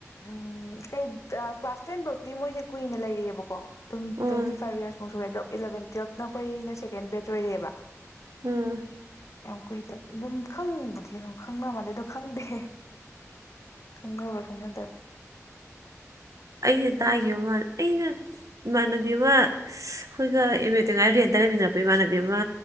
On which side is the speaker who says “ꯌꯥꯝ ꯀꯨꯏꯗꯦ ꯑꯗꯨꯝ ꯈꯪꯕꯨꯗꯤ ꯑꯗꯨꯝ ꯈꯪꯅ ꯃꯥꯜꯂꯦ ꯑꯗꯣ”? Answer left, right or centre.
Left